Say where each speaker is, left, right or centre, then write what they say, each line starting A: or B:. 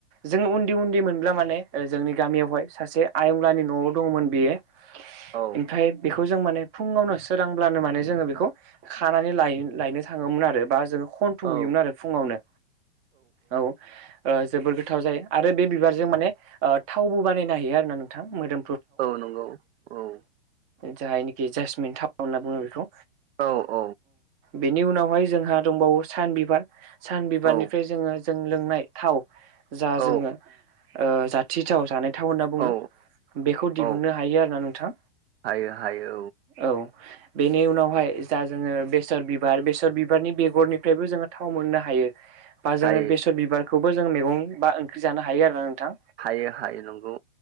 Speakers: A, on the right (about 15°); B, on the right (about 85°).
A: जोङो उन्दै उन्दै मोनब्ला माने जोंनि गामियावहाय सासे आयंलानि न'आव दङमोन बेयो
B: औ
A: ओमफ्राय बेखौ जों माने फुङावनो सोरांब्लानो माने जोङो बेखौ खानानै ल लायनो थाङोमोन आरो बा जोङो खन्थ' हैयोमोन
B: औ
A: आरो फुङावनो औ ओ गोथाव जायो आरो बे बिबारजों माने थावबो बानायनो हायो आरोना नोंथां मोदोम
B: औ नंगौ औ
A: जायनिखि जासमिन थाव होनना बुङो बेखौ
B: औ औ
A: बेनि उनावहाय जोंहा दंबावो सान बिबार सान बिबारनिफ्राय
B: औ
A: जोङो जों लोंनाय थाव जा
B: औ
A: जोङो ओ जाथिथाव जानाय थाव होनना बुङो
B: औ
A: बेखौ दिहुननो
B: औ
A: हायो आरो ना नोंथां
B: हायो हायो
A: औ बेनि उनावहाय जा जोङो बेसर बिबार बेसर बिबारनि बेगरनिफ्रायबो जोङो थाव मोननो हायो बा जोङो
B: हायो
A: बेसर बिबारखौबो जों मैगं बा ओंख्रि जानो हायो आरोना नों- थां
B: हायो हायो नंगौ